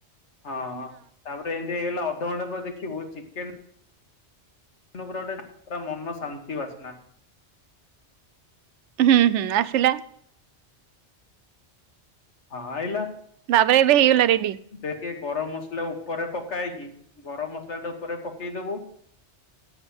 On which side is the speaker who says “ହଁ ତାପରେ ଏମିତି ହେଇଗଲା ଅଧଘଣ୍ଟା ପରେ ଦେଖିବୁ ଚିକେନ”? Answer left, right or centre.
Left